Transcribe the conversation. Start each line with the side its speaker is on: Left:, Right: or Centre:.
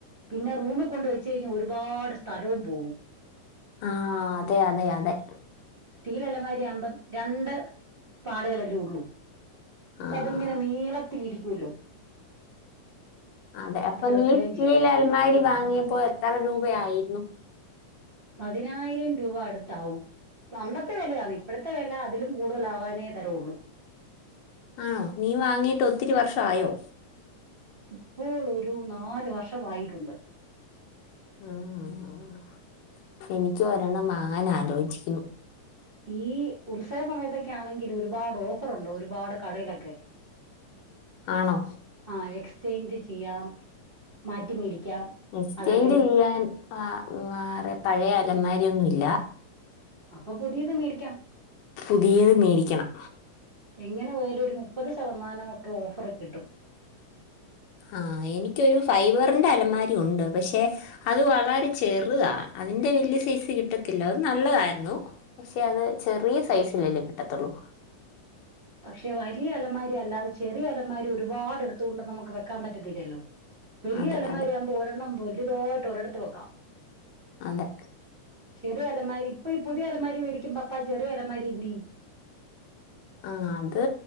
Right: പിന്നെ റൂമ് കൊണ്ട് വെച്ച് കഴിഞ്ഞാ ഒരുപാട് സ്ഥലവും പോവും.
Left: ആഹ് അതെ അതെ അതെ
Right: സ്റ്റീലലമാരിയാവുമ്പം രണ്ട് പാടുകളെല്ലേ ഉള്ളൂ. അപ്പ
Left: ആഹ്
Right: അത്ങ്ങനെ നീളത്തിലിരിക്കോല്ലോ.
Left: അതെ അപ്പൊ
Right: വെക്കുകയും
Left: നീ സ്റ്റീൽ
Right: ചെയ്യാം
Left: അൽമാരി വാങ്ങിയപ്പോ എത്ര രൂപയായിരുന്നു?
Right: പതിനായിരം രൂപ അടുത്താവും പണ്ടത്തെ വിലയാണ് ഇപ്പഴത്തെ വില അതിലും കൂടുതലാവാനേ തരവൊള്ളൂ.
Left: ആണോ, നീ വാങ്ങിയിട്ട് ഒത്തിരി വർഷം ആയോ?
Right: ഇപ്പോൾ ഒരു നാല് വർഷമായിട്ടുണ്ട്
Left: ആആആഹ് എനിക്കും ഒരെണ്ണം വാങ്ങാൻ ആലോചിക്കുന്നു.
Right: ഈ ഉത്സവ സമയത്തൊക്കെ ആണെങ്കിൽ ഒരുപാട് ഓഫറുണ്ട്. ഒരുപാട് കടയിലൊക്കെ
Left: ആണോ
Right: ആഹ് എക്സ്ചേഞ്ച് ചെയ്യാം മാറ്റി മേടിക്കാം.
Left: എക്സ്‌ച്ചേന്റ്
Right: അതല്ലെങ്കിൽ
Left: ചെയ്യാൻ ആ വേറെ പഴയ അലമാരിയൊന്നു ഇല്ല.
Right: അപ്പം പുതിയത് മേടിക്കാം.
Left: പുതിയത് മേടിക്കണം
Right: എങ്ങനെ പോയാലും ഒരു മുപ്പത് ശതമാനം ഒക്കെ ഓഫർ കിട്ടും.
Left: ആഹ് എനിക്കൊരു ഫൈബറിന്റെ അലമാരി ഉണ്ട് പക്ഷെ അത് വളരെ ചെറുതാ. അതിന്റെ വലിയ സൈസ് കിട്ടത്തില്ല. അതും നല്ലതായിരുന്നു പക്ഷേ അത് ചെറിയ സൈസിലല്ലേ കിട്ടത്തൊള്ളൂ
Right: പക്ഷെ വലിയ അലമാരി അല്ലാതെ ചെറിയ അലമാരി ഒരുപാട് എടുത്തുകൊണ്ട് നമുക്ക് വെക്കാൻ പറ്റത്തില്ലല്ലോ. വലിയ
Left: അതെ
Right: അലമാരിയാവുമ്പോ
Left: അതെ
Right: ഒരെണ്ണം വലുതായിട്ട് ഒരിടത്ത് വെക്കാം.
Left: അതെ
Right: ചെറിയ അലമാരി ഇപ്പൊ ഈ പുതിയ അലമാരി വേടിക്കുമ്പ അപ്പാ ചെറിയ അലമാരി എന്തെയ്യും?
Left: ആഹ് അത്